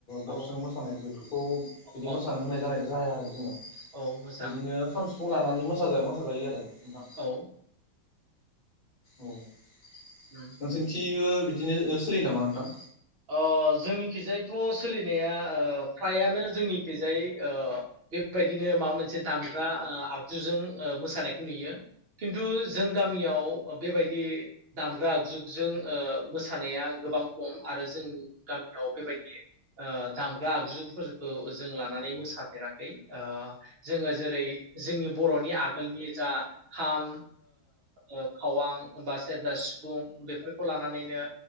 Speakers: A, on the right; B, on the left.
A: औ
B: बक्सजों मोसानाय बेफोरखौ बिदि
A: औ
B: मोसानो होनाय जानाय जाया आरो जुनाव
A: औ मोजां
B: बिदिनो खानमस फुं लानानै मोसा मोसाजायो आरो नोंथां
A: औ
B: औ नोंसोरनिथिबो
A: उम
B: बिदिनो ओ सोलियो नामा नोंथां?
A: अ जोंनिखिजायथ' स सोलिनाया ओ फ्रायानो जोंनिखैजाय ओ बेबायदिनो माबा मोनसे दामग्रा ओ आगजुजों ओ मोसानायखौ नुयो खिन्थु जों गामियाव बेबायदि दामग्रा आगजुजों ओ मोसानाया गोबां खम। आरो जों गामियाव बेबायदि ओ दामग्रा आगजुफोरखौ जों लानानै मोसाफेराखै ओ जोङो जेरै जोंनि बर'नि आगोलनि जा खाम ओ खावां बा सेरजा सिफुं बेफोरखौ लानानैनो